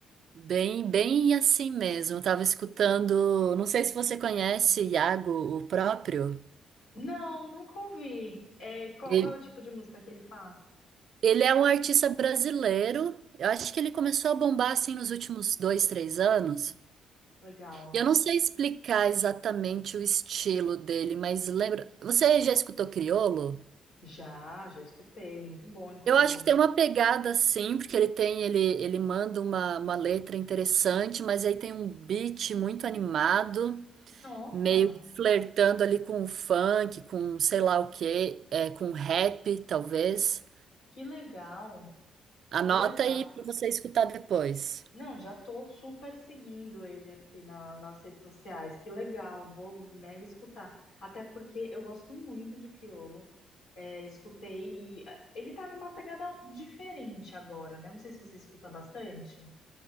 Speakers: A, on the right (about 60°); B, on the left (about 80°).
A: Bem, bem assim mesmo. Eu tava escutando, não sei se você conhece Iago, o próprio.
B: Não, nunca ouvi. É, qual,
A: Ele,
B: qual é o tipo de música que ele faz?
A: ele é um artista brasileiro. Eu acho que ele começou a bombar assim nos últimos dois, três anos.
B: Legal.
A: Eu não sei explicar exatamente o estilo dele, mas lembra. Você já escutou Criolo?
B: Já, já escutei, muito bom, inclusive.
A: Eu acho que tem uma pegada assim, porque ele tem, ele, ele manda uma, uma letra interessante, mas aí tem um beat muito animado,
B: Nossa,
A: meio que flertando ali com o funk, com sei lá o quê, é, com rap, talvez.
B: que legal,
A: Anota
B: que legal.
A: aí pra você escutar depois.
B: Não, já tô super seguindo ele aqui na- nas redes sociais. Que legal, vou mega escutar. Até porque eu gosto muito de Criolo. É, escutei. eh, Ele tá numa pegada diferente agora, né? Não sei se você escuta bastante.